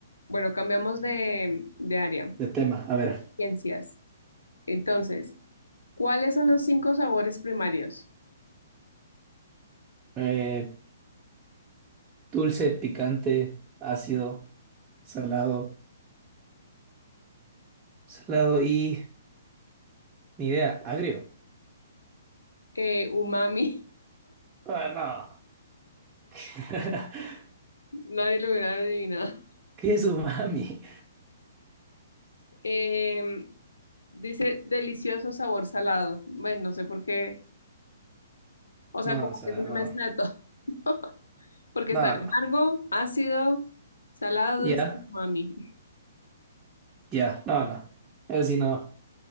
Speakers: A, on the left; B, on the right.
A: bueno, cambiamos de, de área.
B: De tema, a ver.
A: Ciencias. Entonces, ¿cuáles son los cinco sabores primarios?
B: eh, dulce, picante, ácido, salado. Salado y... Ni idea, agrio.
A: Eh, umami,
B: Ah, no. <laughs>
A: <laughs> nadie lo hubiera adivinado.
B: ¿Qué es umami?
A: Em, Dice delicioso sabor salado. Bueno, no sé por qué. O
B: No,
A: sea, como
B: o sea,
A: que es una
B: no.
A: mezcla de todo. <laughs> Porque
B: No,
A: está el
B: no.
A: amargo, ácido, salado,
B: Ya,
A: dulce, mami. <laughs>
B: ya, no, no. Eso sí, no.